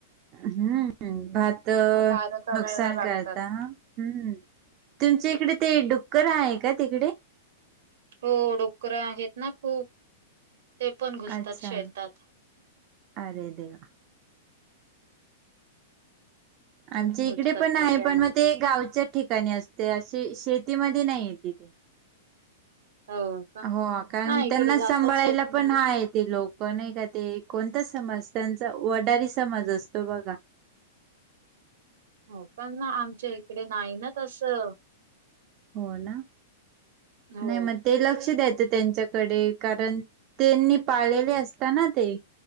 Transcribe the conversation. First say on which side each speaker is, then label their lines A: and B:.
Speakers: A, on the right (about 30°); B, on the right (about 70°).
A: हम्म् भात
B: पार करायला
A: नुकसान
B: लागतात
A: करता, हम्म त्याच्या इकडे ते डुक्कर आहे का तिकडे?
B: हो डुक्कर आहेत ना खूप. ते पण घुसतात
A: अच्छा
B: शेतात
A: अरे देवा.
B: खूप
A: आमच्या
B: घुसतात
A: इकडे पण आहे
B: त्यांना
A: पण मग ते गावच्या ठिकाणी असते अशी शेतीमध्ये नाही येते ती.
B: हो का
A: हो कारण
B: नाही इकडे
A: त्यांना
B: जातात
A: सांभाळायला
B: शेत म्हणजे
A: पण हा आहे ते लोक, कोण आहे का ते कोणता समाज त्यांचा वडारी समाज असतो बघा.
B: हो पण आमच्या इकडे नाही ना तसं,
A: हो ना
B: हो
A: नाही मग ते लक्ष द्याेतं त्यांच्या कडे कारण त्यांनी पाळलेले असता ना ते.